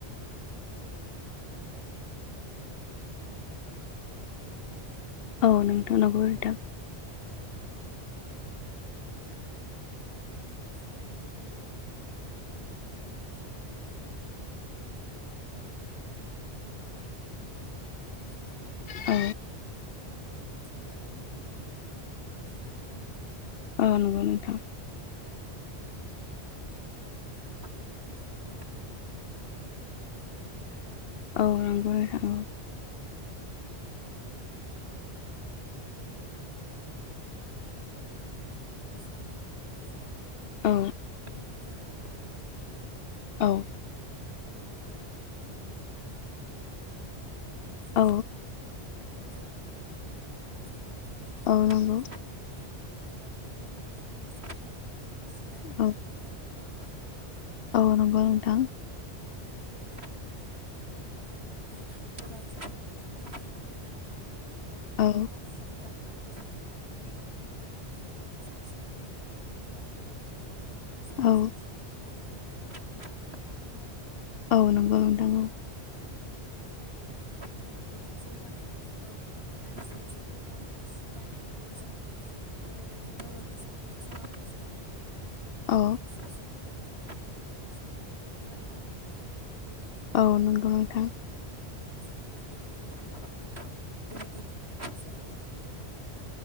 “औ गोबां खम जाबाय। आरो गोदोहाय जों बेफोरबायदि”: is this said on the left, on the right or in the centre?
Right